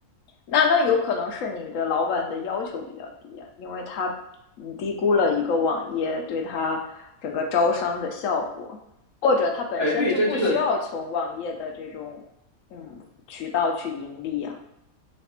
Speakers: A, on the left; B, on the right.
A: 那那有可能是你的老板的要求比较低啊，因为他你低估了一个网页对他整个招商的效果，或者他本身就不需要从网页的这种嗯渠道去盈利啊，
B: 哎，对，这这个